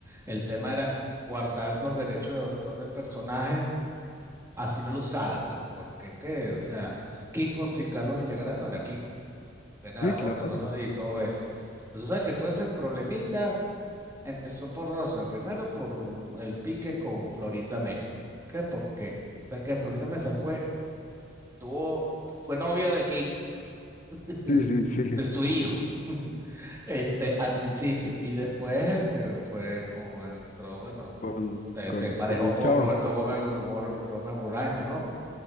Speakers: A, on the right; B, on the left.
A: El tema era guardar los derechos de autor del personaje, así no lo usara, pues, porque qué, o sea, Kiko sin Carlos Villagrán no era Kiko, era
B: sí, claro,
A: otra persona y todo eso. Pues, o sea, que todo ese problemita Empezó por dos razones. Primero, por el pique con Florinda Mesa. ¿Qué? Porque, o sea, que Florinda Mesa fue, tuvo, fue novia de Kiko, <laughs>
B: sí, sí, sí,
A: de su hijo, <laughs> este, al principio. Y después, este, fue con, entró, bueno,
B: con,
A: eh,
B: con,
A: se emparejó
B: con el
A: con
B: chavo,
A: Roberto Gómez,
B: sí.
A: Mor- Gómez Bolaño, ¿no?